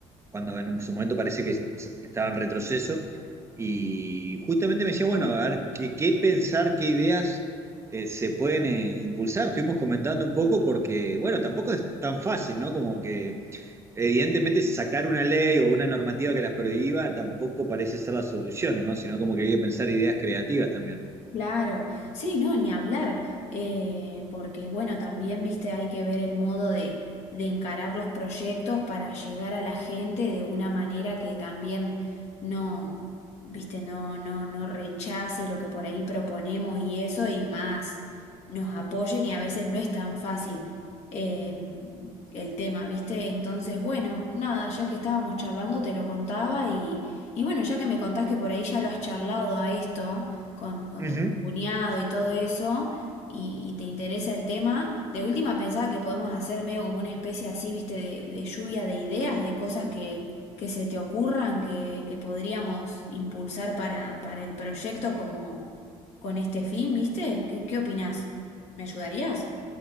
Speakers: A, on the right (about 20°); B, on the left (about 65°).
A: cuando en su momento parecía que s- estaba en retroceso. Y justamente me decía, bueno, a ver, qué, qué pensar, qué ideas eh, se pueden eh, impulsar. Estuvimos comentando un poco porque, bueno, tampoco es tan fácil, ¿no? Como que Evidentemente, sacar una ley o una normativa que las prohíba tampoco parece ser la solución, ¿no? Sino como que hay que pensar ideas creativas también.
B: Claro, sí, no, ni hablar, eh, porque bueno, también, viste, hay que ver el modo de, de encarar los proyectos para llegar a la gente de una manera que también no, viste, no, no, no rechace lo que por ahí proponemos y eso y más nos apoyen y a veces no es tan fácil eh, el tema, viste, entonces, bueno, nada, ya que estábamos charlando te lo contaba y, y bueno, ya que me contás que por ahí ya lo has charlado a esto con, con
A: Ujú.
B: tu cuñado y todo eso, y, y te interesa el tema, de última pensaba que podemos hacer medio como una especie así, viste, de, de lluvia de ideas, de cosas que, que se te ocurran, que, que podríamos impulsar para, para el proyecto como con este fin, viste. ¿Qué, qué opinás? ¿Me ayudarías?